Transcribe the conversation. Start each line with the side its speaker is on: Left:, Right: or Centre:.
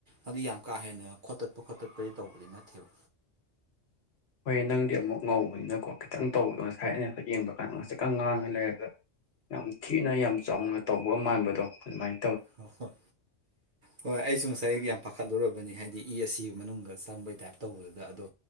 Right: ꯑꯗꯨ ꯌꯥꯝ ꯀꯥ ꯍꯦꯟꯅ ꯈꯣꯠꯇ ꯄꯨ ꯈꯠꯇꯠꯄꯗꯤ ꯇꯧꯕꯗꯤ ꯅꯠꯇꯦꯕ
Left: ꯍꯣꯏ ꯅꯪꯗꯤ ꯑꯃꯨꯛ ꯉꯧꯕꯅꯤꯅꯀꯣ ꯈꯤꯇꯪ ꯇꯧꯕꯗꯣ ꯉꯁꯥꯏ ꯑꯩꯅ ꯐꯠꯌꯦꯡꯕ ꯀꯥꯟꯗ ꯉꯁꯤꯛꯀ ꯉꯥꯡꯉ ꯂꯩꯔꯒ ꯌꯥꯝ ꯊꯤꯅ ꯌꯥꯝ ꯆꯥꯎꯅ ꯇꯧꯕ ꯃꯥꯟꯕꯗꯣ ꯑꯗꯨꯃꯥꯏ
Right: ꯍꯣꯏ ꯍꯣꯏ ꯑꯩꯁꯨ ꯉꯁꯥꯏ ꯌꯥꯝ꯫ ꯄꯥꯈꯠꯂꯨꯔꯕꯅꯤ ꯍꯥꯏꯗꯤ ꯏ ꯑꯁꯤ ꯃꯅꯨꯡꯗ ꯆꯪꯕꯩ ꯇꯥꯏꯞ ꯇꯧꯕꯗꯨꯗ ꯑꯗꯣ